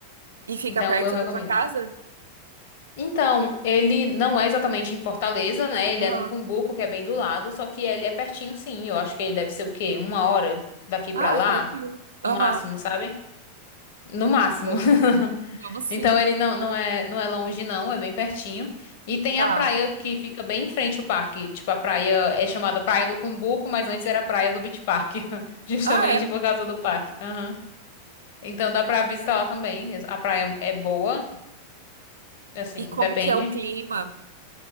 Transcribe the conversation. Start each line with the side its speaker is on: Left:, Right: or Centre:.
Right: E fica
Left: Então,
Right: perto
Left: eu recomendo.
Right: da tua casa?
Left: Então, ele não é exatamente em Fortaleza, né? Ele
Right: Aham.
Left: é no Cumbuco, que é bem do lado, só que ele é pertinho, sim. Eu acho que ele deve ser o quê? Uma hora daqui
Right: Ah,
Left: pra lá,
Right: tranquilo. Aham.
Left: no máximo, sabe? No máximo.
Right: Vamos.
Left: <laughs>
Right: Vamos sim.
Left: Então, ele não, não é, não é longe, não, é bem pertinho. E tem
Right: Tá.
Left: a praia que fica bem em frente ao parque. Tipo, a praia é chamada Praia do Cumbuco, mas antes era Praia do Beach Park, <laughs> justamente
Right: Ah, é?
Left: por causa do parque. Aham. Então, dá pra visitar lá também. A praia é boa. Assim,
Right: E como
Left: depende.
Right: que é o clima?